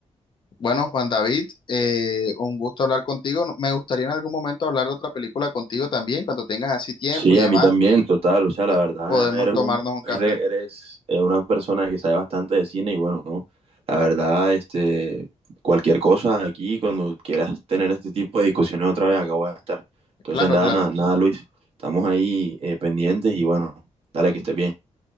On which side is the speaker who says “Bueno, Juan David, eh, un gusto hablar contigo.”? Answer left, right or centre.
Left